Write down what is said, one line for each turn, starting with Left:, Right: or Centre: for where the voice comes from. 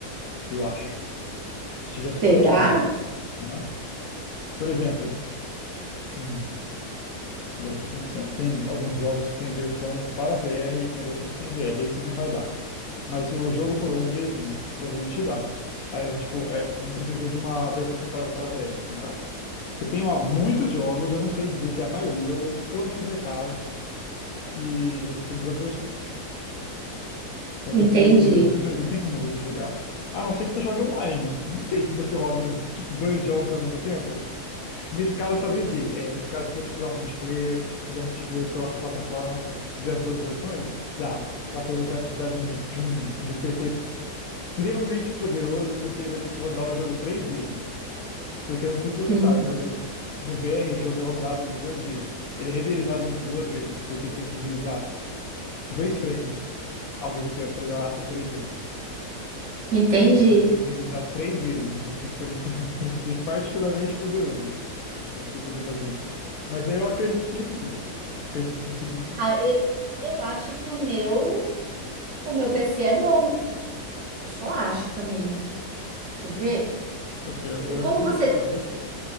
Left: eu acho. Se tiver suporte
Right: <laughs> Será?
Left: para os dois. Aham. Por exemplo, hum, agora eu tô pensando, tem alguns jogos que tem versão para VR e tem a versão sem VR. Esses não vai dar. Mas se o jogo for o mesmo, provavelmente dá. Aí, tipo, é, não precisa de uma versão separada para VR, no caso. Porque tem ó, muitos jogos, eu não sei dizer se é a maioria ou pelo menos metade, que você tem duas versões. Então,
Right: Entendi.
Left: desse daí que tem duas versões, não tem como você jogar. A não ser que você jogue online. Não sei se você roda, tipo, dois jogos ao mesmo tempo. Nesse caso, talvez dê. É, nesse caso, se for, tipo, dar um multiplayer, se tiver um multiplayer cross-plataforma das duas versões, dá. Só que aí você vai precisar de um, vi- de um, de um PC extremamente poderoso, porque ele vai ter que rodar o jogo três vezes. Porque eu não sei se você
Right: En-
Left: sabe, mas o- no VR o jogo é rodado duas vezes. Ele é renderizado duas vezes, porque ele tem que renderizar dois frames ao mesmo tempo para dar o 3D.
Right: Entendi.
Left: Então você tem que renderizar três vezes. Então você tem que ter um, <laughs> um PC particularmente poderoso para você poder fazer isso. Mas eu acredito que seja possível. Acredito que seja possível sim.
Right: Ah, eu, eu acho que o meu, o meu PC é bom. Eu só acho também. Quer ver?
Left: O seu é melhor
Right: Co- Como
Left: do que
Right: você.
Left: o meu, até onde eu sei.